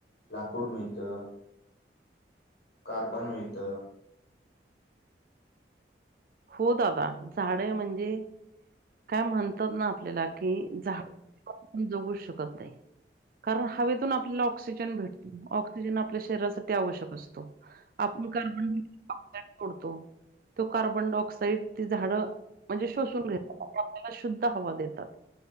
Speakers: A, on the left; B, on the right.
A: लाकूड मिळतं. कार्बन मिळत.
B: हो दादा झाडे म्हणजे. काय म्हणतात ना आपल्याला कि झाड <inaudible> जगू शकत नाही. कारण हवेतून आपल्याला ऑक्सिजन भेटतो ऑक्सिजन आपल्या शरीरासाठी आवश्यक असतो. आपण कार्बन <inaudible> सोडतो तो कार्बनडयक् साईड ती झाड म्हणजे शोषून घेत आपल्याला शुद्ध हवा देतात